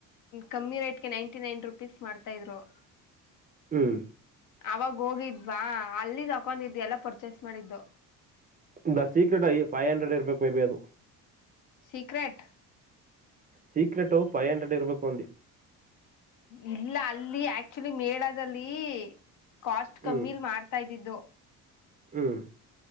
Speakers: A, on the left; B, on the right.
A: ಕಮ್ಮಿ ರೇಟ್ ನಂಟಿನೈ ರುಪೀಸ್ರುಪೀಸ್ ಮಾಡ್ತಾ ಇದ್ರು ಇದ್ರು
B: ಹ್ಮ್
A: ಯಾವಾಗ ಹೋಗಿದ್ವ ಅಲ್ಲಿ ಅಲ್ಲಿ ತಗೊಂಡಿದ್ದು ಯಲ್ಲಾ ಪರ್ಚೇಸ್ ಮಾಡ್ಕೊಂಡಿದ್ದೆ
B: <inaudible>
A: ಸೀಕ್ರೆಟ್
B: ಸೀಕ್ರೆಟ್ ಫೈವ್ ಹಂಡ್ರೆಡ್ ಇರ್ಬೇಕು ಅಂದೆ
A: ಇಲ್ಲ ಅಲ್ಲಿ ಆಕ್ಚುಲಿ ಮೇಳದಲ್ಲಿ ಕಾಸ್ಟ್
B: ಹ್ಮ್
A: ಕಮ್ಮಿ ಮಾಡ್ತಾ ಇದ್ದಿದ್ದು
B: ಹ್ಮ್